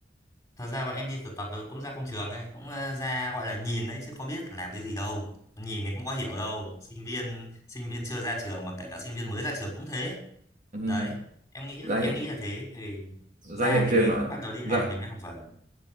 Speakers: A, on the left (about 20°); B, on the right (about 45°).
A: thật ra bọn em đi thực tập được cũng ra công trường ấy cũng ờ, ra gọi là nhìn đấy chứ có biết làm cái gì đâu nhìn thì cũng có hiểu đâu sinh viên sinh viên chưa ra trường mà kể cả sinh viên mới ra trường cũng thế
B: Ừ,
A: đấy em nghĩ
B: ra
A: em
B: hiện
A: nghĩ là thế thì ra
B: ra hiện
A: thì
B: trường
A: mới
B: nó
A: bắt đầu đi làm
B: ra
A: thì mới học dần